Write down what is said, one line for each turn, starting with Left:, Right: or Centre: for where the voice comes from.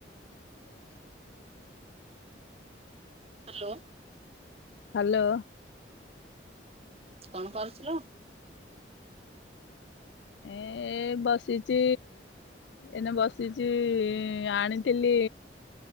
Left: <inaudible>
Right: Hello.
Left: Hello.
Right: କଣ କରୁଥିଲ?
Left: ଏ ଏ ବସିଛି ଏନେ ବସିଛି ଆଣିଥିଲି